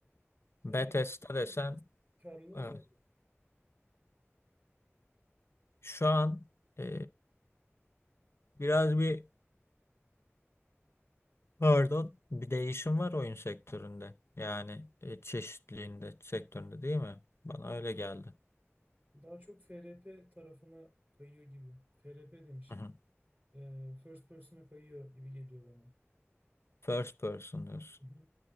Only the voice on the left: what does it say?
Bethesda
desen
evet,
şu an e, Biraz bir pardon bir değişim var oyun sektöründe. Yani e, çeşitliliğinde sektöründe değil mi? Bana öyle geldi.
Hı hı.
First person diyorsun.